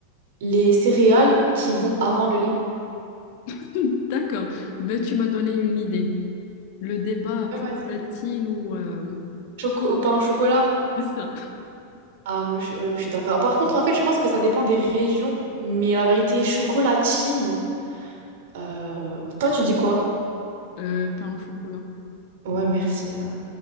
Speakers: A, on the right; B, on the left.
A: les céréales qui vont avant le lait.
B: <laughs> D'accord. Ben, tu m'as donné une idée. Le débat
A: Ouais,
B: chocolatine
A: vas-y.
B: ou... euh,
A: Choco au pain au chocolat?
B: C'est ça.
A: Ah, moi, je, ouais, moi, je suis d'accord. Par contre, en fait, je pense que ça dépend des régions. Mais la vérité, chocolatine. Euh, Toi, tu dis quoi?
B: Euh, pain au chocolat.
A: Ouais, merci. euh.